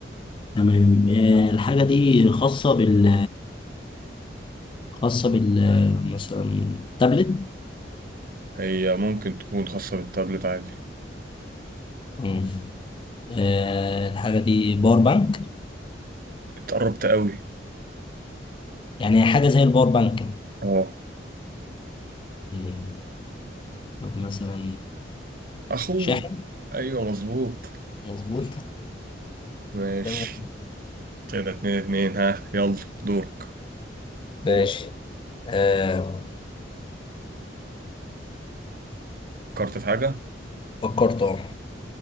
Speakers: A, on the left; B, on the right.
A: تمام آه، الحاجة دي خاصة بال خاصة بال مثلا تابلت
B: هي ممكن تكون خاصة بالتابلت عادي
A: مم. آه، الحاجة دي باور بانك
B: انت قربت قوي
A: يعني حاجة زي الباور بانك
B: اه
A: مم. طب مثلا
B: اخوه
A: شاحن
B: ايوه مظبوط
A: مظبوط
B: ماشي
A: تمام
B: كده اتنين اتنين ها يلا دورك
A: ماشي آه
B: فكرت في حاجة
A: فكرت اه